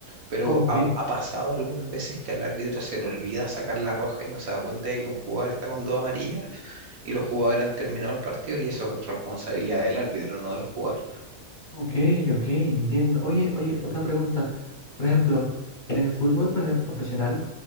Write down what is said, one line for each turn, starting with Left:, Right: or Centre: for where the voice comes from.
Right: Pero
Left: ok,
Right: ha, ha pasado algunas veces que al árbitro se le olvida sacar la roja y no se da cuenta de que un jugador está con dos amarillas y los jugadores han terminado el partido y eso es responsabilidad del árbitro, no del jugador.
Left: ok, ok, entiendo. Oye, oye, otra pregunta. Por ejemplo, en el fútbol profe- profesional,